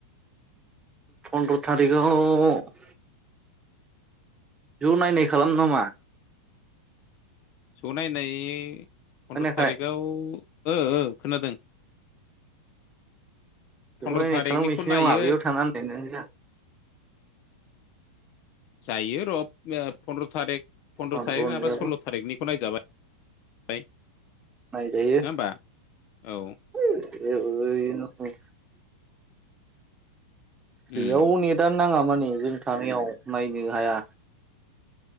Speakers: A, on the right; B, on the left.
A: फनद्र थारिगाव ज' नायनाय खालामनो नामा?
B: ज' नायनाय फन्द्र'
A: खोनायाखै
B: थारिगाव ओ ओ खोनादों।
A: ज'
B: फन्द्र'
A: नायनाय
B: थारिखनिखौ
A: खालामनोसै
B: नायो
A: नामा बैयाव थांना <unintelligible>
B: जायो र' फन्द्र' थारिख फन्द्र'
A: फन्द्र'नियाबो
B: थारिख नङाबा सल्ल' थारिखनिखौ नायजाबाय। बाय।
A: नायजायो।
B: नङा होमबा औ।
A: <unintelligible>
B: उम
A: बेयाव नेटानो नाङा माने जों थानायाव नायनो हाया।